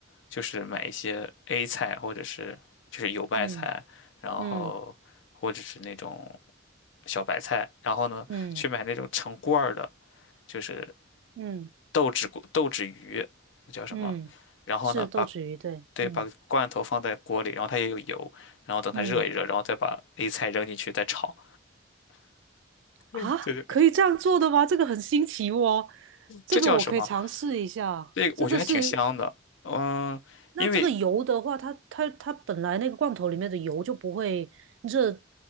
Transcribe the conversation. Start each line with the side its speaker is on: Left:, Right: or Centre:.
Left: 就是买一些 A 菜，或者是就是油麦菜，
Right: 嗯
Left: 然后或者是那种
Right: 嗯
Left: 小白菜，然后呢去买那种成罐儿的，
Right: 嗯
Left: 就是
Right: 嗯
Left: 豆豉锅豆豉鱼，那叫什么？
Right: 嗯，
Left: 然后呢，
Right: 是豆豉鱼，
Left: 把
Right: 对，
Left: 对把罐头放在锅里，
Right: 嗯
Left: 然后它也有油，然后等它热一热，
Right: 嗯
Left: 然后再把 A 菜扔进去再炒。
Right: 啊，
Left: 嗯对对，
Right: 可以这样做的吗？这个很新奇哦，这个我可以尝试一下。
Left: 这叫什么？这个我觉得还挺香的。
Right: 这个是
Left: 嗯，
Right: 那这个油的话，
Left: 因为
Right: 它它它本来那个罐头里面的油就不会热